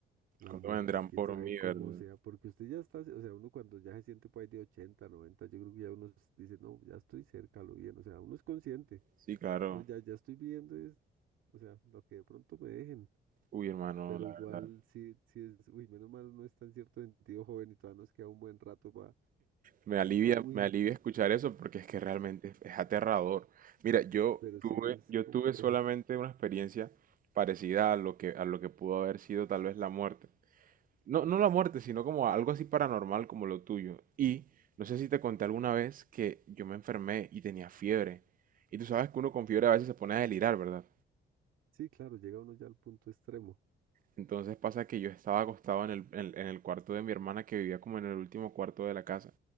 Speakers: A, on the right; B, on the right.
A: la
B: ¿Cuánto
A: muerte?
B: vendrán
A: ¿Quién
B: por
A: sabe
B: mí,
A: cómo
B: verdad?
A: sea? Porque usted ya está, o sea, uno cuando ya se siente por ahí de ochenta noventa yo creo que ya uno s- dice, no, ya estoy cerca, lo bien, o sea, uno es consciente,
B: Sí, claro.
A: uno ya, ya estoy viviendo, es, o sea, lo que de pronto me dejen.
B: Uy, hermano,
A: Pero
B: la
A: igual
B: verdad.
A: sí, sí es, uy, menos mal uno está en cierto sentido joven y todavía nos queda un buen rato para,
B: Me alivia,
A: uy,
B: me alivia
A: no.
B: escuchar eso porque es que realmente es, es aterrador. Mira, yo
A: Pero sí
B: tuve,
A: es
B: yo
A: complejo.
B: tuve solamente una experiencia parecida a lo que, a lo que pudo haber sido tal vez la muerte. No, no la muerte, sino como algo así paranormal como lo tuyo. Y no sé si te conté alguna vez que yo me enfermé y tenía fiebre. Y tú sabes que uno con fiebre a veces se pone a delirar, ¿verdad?
A: Sí, claro, llega uno ya al punto extremo.
B: Entonces pasa que yo estaba acostado en el, en en el cuarto de mi hermana que vivía como en el último cuarto de la casa,